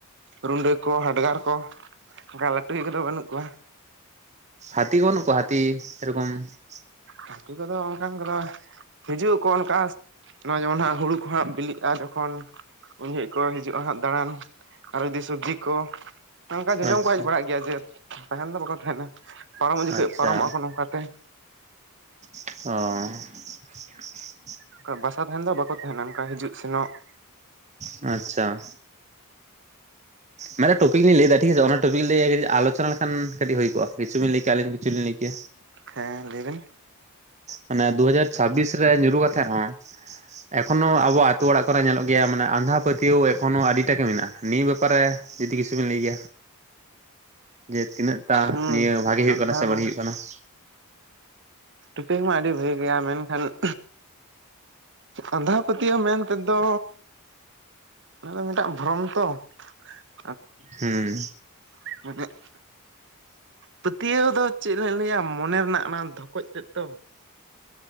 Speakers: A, on the right; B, on the right.
A: ᱨᱩᱰᱟᱹ ᱠᱚ ᱦᱟᱰᱜᱟᱨ ᱠᱚ ᱾ ᱚᱱᱠᱟ ᱞᱟᱹᱴᱩᱤᱡ ᱠᱚ ᱫᱚ ᱵᱟᱹᱱᱩᱜ ᱠᱚᱣᱟ ᱾
B: ᱦᱟᱛᱤ ᱠᱚ ᱵᱟᱹᱱᱩᱜ ᱠᱚᱣᱟ ᱦᱟᱛᱤ ᱥᱮᱨᱚᱠᱚᱢ ᱾
A: ᱦᱟᱛᱤ ᱠᱚ ᱫᱚ ᱚᱱᱠᱟᱱ ᱠᱚ ᱫᱚ ᱾ ᱦᱤᱡᱩᱜ ᱟᱠᱚ ᱚᱱᱠᱟᱥ ᱱᱚᱜᱼᱚᱭ ᱡᱮᱢᱚᱱ ᱦᱟᱸᱜ ᱦᱩᱲᱩ ᱠᱚ ᱦᱟᱸᱜ ᱵᱤᱞᱤᱜᱼᱟ ᱡᱚᱠᱷᱚᱱ ᱾ ᱩᱱ ᱡᱚᱦᱚᱜ ᱠᱚ ᱦᱤᱡᱩᱜᱼᱟ ᱦᱟᱸᱜ ᱫᱟᱬᱟᱱ ᱟᱨᱚ ᱡᱩᱫᱤ ᱥᱚᱵᱽᱡᱤ ᱠᱚ ᱾ ᱱᱚᱝᱠᱟ ᱡᱚᱡᱚᱢ
B: ᱟᱪᱪᱷᱟ
A: ᱠᱚ ᱦᱮᱡ ᱵᱟᱲᱟᱜ ᱜᱮᱭᱟ ᱡᱮ ᱛᱟᱦᱮᱱ ᱫᱚ ᱵᱟᱠᱚ ᱛᱟᱦᱮᱱᱟ ᱯᱟᱨᱚᱢᱚᱜ ᱡᱚᱠᱷᱚᱡ
B: ᱟᱪᱪᱷᱟ
A: ᱯᱟᱨᱚᱢᱚᱜᱼᱟ ᱱᱚᱝᱠᱟᱛᱮ ᱾
B: ᱚᱻ
A: ᱟᱱᱠᱟ ᱵᱟᱥᱟ ᱛᱟᱦᱮᱱ ᱫᱚ ᱵᱟᱠᱚ ᱛᱟᱦᱮᱱᱟ ᱚᱱᱠᱟ ᱦᱤᱡᱩᱜ ᱥᱮᱱᱚᱜ ᱾
B: ᱟᱪᱪᱷᱟ, ᱢᱟᱱᱮ ᱴᱚᱠᱤᱠ ᱞᱤᱧ ᱞᱟᱹᱭᱫᱟ ᱾ ᱴᱷᱤᱠ ᱟᱪᱷᱮ ᱚᱱᱟ ᱴᱚᱯᱤᱠ ᱞᱤᱭᱮ ᱟᱞᱚᱪᱚᱱᱟ ᱞᱮᱠᱷᱟᱱ ᱠᱟᱹᱴᱤᱡ ᱠᱚ ᱦᱩᱭ ᱠᱚᱼᱟ ᱠᱤᱪᱩᱵᱤᱱ ᱞᱟᱹᱭ ᱠᱮᱭᱟ ᱟᱹᱞᱤᱧ ᱠᱤᱪᱷᱩ ᱞᱤᱧ ᱞᱟᱹᱭ ᱠᱮᱭᱟ ᱾
A: ᱦᱮᱸ ᱞᱟᱹᱭᱵᱮᱱ ᱾
B: ᱢᱟᱱᱮ ᱫᱩ ᱦᱟᱡᱟᱨ ᱪᱷᱟᱵᱵᱤᱥ ᱨᱮ ᱧᱩᱨᱩ ᱠᱟᱛᱮᱜ ᱨᱮ ᱦᱚᱸ ᱮᱠᱷᱚᱱᱳ ᱟᱵᱚ ᱟᱛᱳ ᱚᱲᱟᱜ ᱠᱚ ᱨᱮ ᱧᱮᱞᱚᱜ ᱜᱮᱭᱟ ᱢᱟᱱᱮ ᱟᱸᱫᱷᱟ ᱯᱟᱹᱛᱭᱟᱹᱣ ᱮᱠᱷᱚᱱᱳ ᱟᱹᱰᱤᱴᱟᱜ ᱜᱮ ᱢᱮᱱᱟᱜᱼᱟ ᱱᱤᱭᱟᱹ ᱵᱮᱯᱟᱨᱮ ᱾ ᱡᱩᱫᱤ ᱠᱤᱪᱷᱩᱵᱤᱱ ᱞᱟᱹᱭ ᱜᱮᱭᱟ ᱡᱮ ᱛᱤᱱᱟᱹᱜ ᱴᱟ
A: ᱦᱩᱸ
B: ᱱᱤᱭᱟᱹ ᱵᱷᱟᱜᱮ ᱦᱩᱭᱩᱜ
A: ᱟᱸᱫᱷᱟ
B: ᱠᱟᱱᱟ ᱥᱮ ᱵᱟᱹᱲᱤᱡ ᱦᱩᱭᱩᱜ ᱠᱟᱱᱟ ᱾
A: ᱴᱩᱯᱤᱠ ᱢᱟ ᱟᱹᱰᱤ ᱵᱷᱟᱹᱜᱤ ᱜᱮᱭᱟ ᱢᱮᱱᱠᱷᱟᱱ <inaudible> ᱟᱸᱫᱷᱟ ᱯᱟᱹᱛᱭᱟᱹᱣ ᱢᱮᱱ ᱛᱮ ᱫᱚ ᱚᱱᱟ ᱫᱚ ᱢᱤᱫᱴᱟᱜ ᱵᱷᱨᱚᱢ ᱛᱚ ᱾
B: ᱦᱩᱸ᱾
A: ᱦ <unintelligible> ᱯᱟᱹᱛᱭᱟᱹᱣ ᱫᱚ ᱪᱮᱫ ᱞᱮ ᱞᱟᱹᱭᱟ, ᱢᱚᱱᱮ ᱨᱮᱱᱟᱜ ᱚᱱᱟ ᱫᱷᱚᱠᱚᱡᱽ ᱛᱮᱫ ᱛᱚ